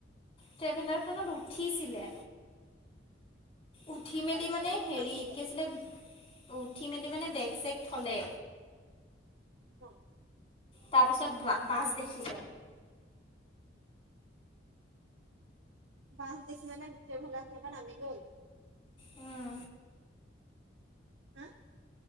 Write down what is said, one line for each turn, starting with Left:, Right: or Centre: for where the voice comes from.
Left: ট্ৰেভেলাৰখনত উঠিছিলে। উঠি মেলি
Right: তাৰপিছত
Left: মানে হেৰি
Right: নাহিলে
Left: কি আছিলে, উঠি মেলি মানে বেগ চেক থ'লে
Right: অ'।
Left: তাৰ পিছত বা বাছ দেখিলে।
Right: বাছ দেখি মানে গোটেইবিলাকে নামি গ'ল।
Left: উম।
Right: হা?